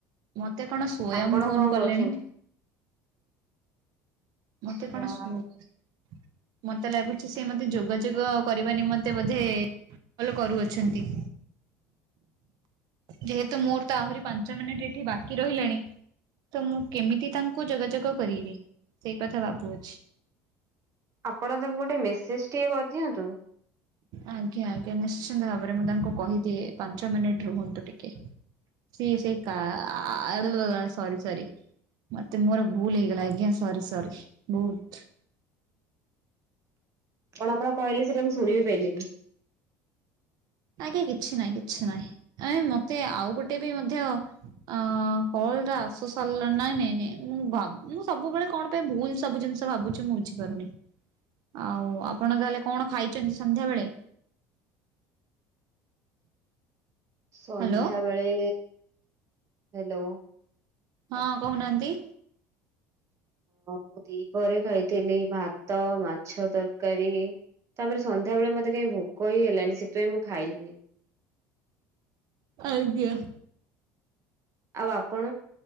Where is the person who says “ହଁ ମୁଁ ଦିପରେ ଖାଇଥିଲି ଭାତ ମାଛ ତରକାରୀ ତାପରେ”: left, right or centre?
Right